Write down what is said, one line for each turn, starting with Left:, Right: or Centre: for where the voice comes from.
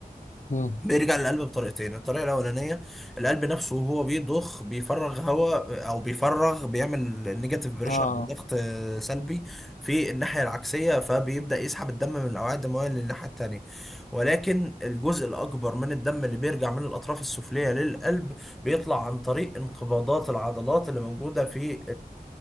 Left: مم.
Centre: بيرجع للقلب بطريقتين الطريقة الأولانية القلب نفسه وهو بيضخ بيفرغ هواء أو بيفرغ بيعمل نيجاتيف بريشر
Left: اه آه.
Centre: ضغط آه، سلبي في الناحية العكسية فبيبدأ يسحب الدم من الأوعية الدموية للناحية التانية ولكن الجزء الأكبر من الدم اللي بيرجع من الأطراف السفلية للقلب بيطلع عن طريق انقباضات العضلات اللي موجودة في